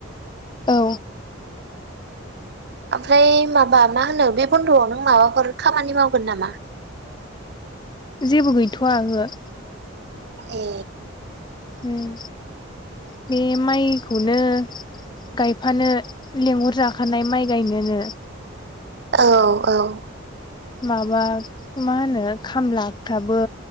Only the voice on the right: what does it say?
ओमफ्राय माबा मा होनो बे बन्द'आव नों माबाफोर खामानि मावगोन नामा?
ए।
औ औ औ